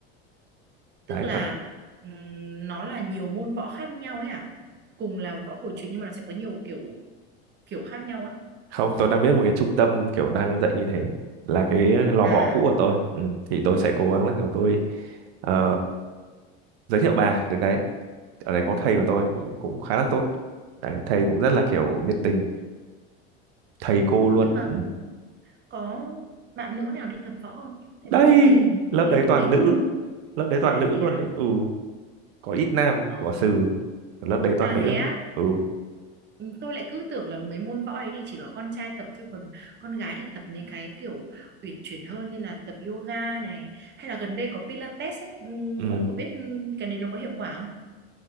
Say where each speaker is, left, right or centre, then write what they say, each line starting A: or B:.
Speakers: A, on the right (about 75°); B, on the right (about 35°).
A: đấy
B: tức là
A: nói...
B: ừm, nó là nhiều môn võ khác nhau ấy hả cùng là võ cổ truyền nhưng mà nó sẽ có nhiều kiểu kiểu khác nhau á
A: không tôi đang biết một cái trung tâm kiểu đang dạy như thế là cái lò
B: à
A: võ cũ của tôi ừ. thì tôi sẽ cố gắng là kiểu tôi ờ, giới thiệu bà đến đấy ở đấy có thầy của tôi
B: ờ
A: cũng cũng khá là tốt đấy thầy cũng rất là kiểu nhiệt tình thầy cô luôn
B: nhưng mà
A: ừ.
B: có bạn nữ nào đi tập võ không tại
A: đây
B: vì tôi thấy
A: lớp
B: mấy
A: đấy
B: môn
A: toàn
B: đấy như
A: nữ
B: kiểu
A: lớp đấy toàn
B: à
A: nữ
B: thế
A: luôn
B: á
A: đấy ừ có ít nam
B: ồ
A: của sừ lớp đấy toàn
B: à
A: nữ
B: thế á
A: ừ
B: Ừ, tôi lại cứ tưởng là mấy môn võ đấy thì chỉ có con trai tập thôi còn con gái thì tập mấy cái kiểu uyển chuyển hơn như là tập yoga này hay là gần đây có Pilates ấy ừ,
A: ừ
B: ông có biết ừ, cái đấy nó có hiệu quả không